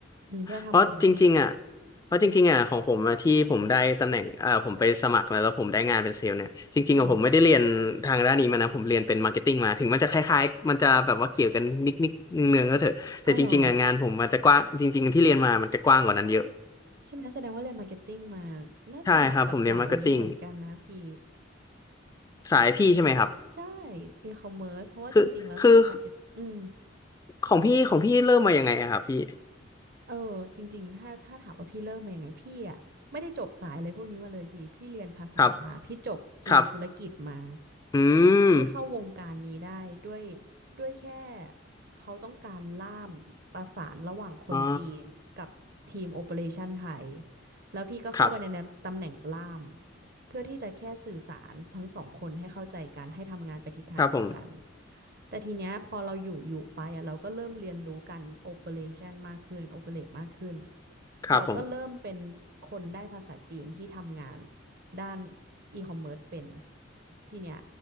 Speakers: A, on the right; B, on the left.
A: อืมเพื่อทำโปรโมชั่น
B: เพราะจริงๆอ่ะเพราะจริงๆอ่ะของผมอะที่ผมได้ตำแหน่งเอ่อผมไปสมัครแล้วแล้วผมได้งานเป็นเซลล์เนี่ยจริงๆอะผมไม่ได้เรียนทางด้านนี้มานะผมเรียนเป็นมาร์เก็ตติ้งมาถึงมันจะคล้ายๆมันจะแบบว่าเกี่ยวกันนิดๆเนืองๆก็เถอะแต่จริงๆอ่ะงานผมมันจะกว้างจริงๆที่เรียนมามันจะกว้างกว่านั้นเยอะ
A: อืมอ๋อเหรอ ใช่ไหมแสดงว่าเรียนมาร์เก็ตติ้งมา น่าจะเหมาะกับสายนี้เหมือนกันนะพี่
B: ใช่ครับผมเรียนมาร์เก็ตติ้งสายพี่ใช่ไหมครับ
A: ใช่อีคอมเมิร์ซเพราะว่าจริงๆแล้วทีมมาร์เก็ตอืม
B: คือคือของพี่ของพี่เริ่มมายังไงอะครับพี่
A: เออจริงๆถ้าถ้าถามว่าพี่เริ่มมายังไงพี่อ่ะไม่ได้จบสายอะไรพวกนี้มาเลยพี่พี่เรียนภาษามาพี่จบจีนธุรกิจมา
B: ครับครับอืม
A: ที่เข้าวงการนี้ได้ด้วยด้วยแค่เขาต้องการล่ามประสานระหว่างคนจีนกับทีมโอเปอเรชันไทย
B: อ๋อ
A: แล้วพี่ก็เข้าไปในตำแหน่งล่าม
B: ครับ
A: เพื่อที่จะแค่สื่อสารทั้งสองคนให้เข้าใจกันให้ทำงานไปทิศทางเดียวกัน
B: ครับผม
A: แต่ทีเนี้ยพอเราอยู่อยู่ไปอะเราก็เริ่มเรียนรู้การโอเปอเรชันมากขึ้นโอเปเรตมากขึ้น
B: ครับผม
A: เราก็เริ่มเป็นคนได้ภาษาจีนที่ทำงานด้านอีคอมเมิร์ซเป็นทีเนี้ย